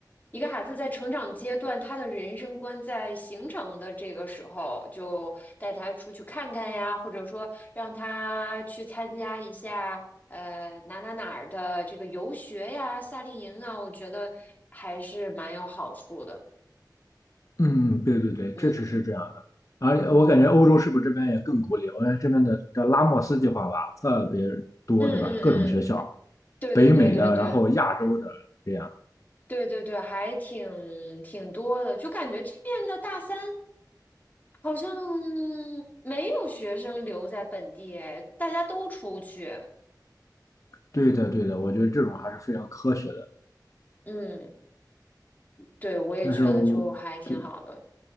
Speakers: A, on the left; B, on the left.
A: 一个孩子在成长阶段，他的人生观在形成的这个时候，就带他出去看看呀，或者说让他去参加一下呃哪哪哪儿的这个游学呀、夏令营啊，我觉得还是蛮有好处的，
B: 嗯，对对对，
A: 嗯。
B: 确实是这样的。而我感觉欧洲是不是这边也更鼓励？我感觉这边的叫拉莫斯计划吧，特别多，
A: 嗯嗯嗯，
B: 对吧？各种学校，
A: 对对对对对
B: 北美的，然后亚洲的，这样。
A: 对对对，还挺挺多的，就感觉这边的大三好像没有学生留在本地，哎，大家都出去。
B: 对的，对的，我觉得这种还是非常科学的。
A: 嗯，对，我也觉得就还挺好的。
B: 但是我对